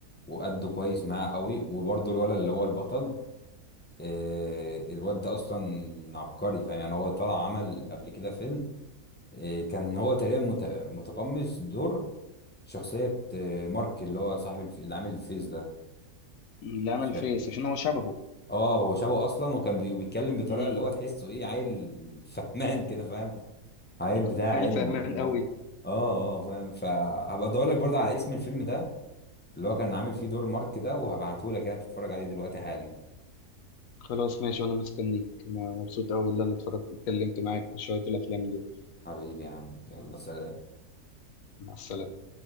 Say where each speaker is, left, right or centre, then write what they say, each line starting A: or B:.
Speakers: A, on the left; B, on the left.
A: وأدوا كويس معاه قوي وبرضو الولد اللي هو البطل آه، الواد ده اصلا عبقري فاهم يعني هو طلع عمل قبل كده فيلم آه، كان هو تقريبا مت- متقمص دور شخصية آه، مارك اللي هو صاحب الف... اللي عامل الفيس ده
B: لا أنا
A: ف...
B: الفيس عشان هو شبهه
A: اه هو شبهه اصلا وكان بي... بيتكلم بطريقة
B: امم
A: اللي هو تحسه ايه عيل فهمان كده فاهم عيل بتاع
B: <laughs>
A: علم
B: الفهمان
A: وكده
B: قوي
A: اه اه فاهم فهبقى ادور لك برضه على اسم الفيلم ده اللي هو كان عامل فيه دور مارك ده وهبعته لك يعني تتفرج عليه دلوقتي حالا
B: خلاص ماشي وأنا مستنيك أنا مبسوط أوي اللي أنا اتفرجت اتكلمت معاك في شوية الأفلام دول
A: حبيبي يا عم يلا سلام
B: مع السلامة